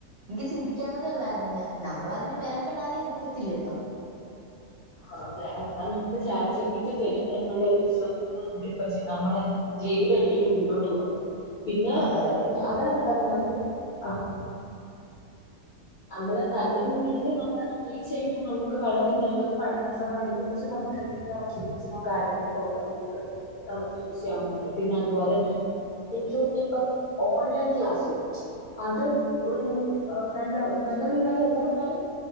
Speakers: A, on the right; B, on the left.
A: എനിക്ക് ചിന്തി ചിന്തിക്കവുനാധേ ഒല്ലായിരുന്നു നമ്മളതിന് മെന കടാന്നേ നിക്കത്തില്ല ഇപ്പം
B: ആ അതെ എന്നാൽ നമുക്ക് ചാറ്റ് ജിപിക്ക് തരും എന്നൊള്ളൊരു വിശ്വാസത്തിലാണ് നമ്മളിപ്പ ചെയ് നമ്മടെ ജീവിതം ഒരിക്കലും മുന്നോട്ട് പോ വളമ്പ് പിന്നെ
A: ആഹ്
B: അ
A: അതെ
B: അതാ പറ <unintelligible> അ നമ്മള് കണ്ട രീതീല് നമ്മളെ റീച്ച് കഴിഞ്ഞാൽ നമുക്ക് വളരെ നല്ലൊരു പഠന സഹായത്ത്ന്ന്ച്ചാൽ നമുക്ക് എന്തെങ്കിലും ഫരൻസിനോ കാര്യങ്ങൾക്കോ ഒക്കെ നമുക്ക് നമുക്ക് യൂസ് ചെയ്യാവുന്നതാണ് പിന്നെ അതുപോലെ തന്നെ എനിക്ക് തോന്നുന്നു ഇപ്പം ഓൺലൈൻ ക്ലാസ്സ് അത് ഒരു അ നല്ല നല്ലോരു കാര്യല്ല എന്നാലും